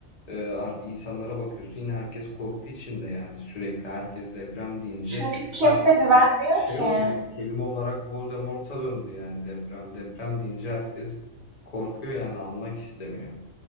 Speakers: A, on the left; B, on the right.
A: eee, ar- insanlara bakıyorsun yine herkes korku içinde yani sürekli herkes deprem deyince
B: Çünkü kimse
A: sanki
B: güvenmiyor
A: şey
B: ki.
A: oldu yani kelime olarak Voldemort'a döndü yani deprem. Deprem deyince herkes korkuyor yani anmak istemiyor.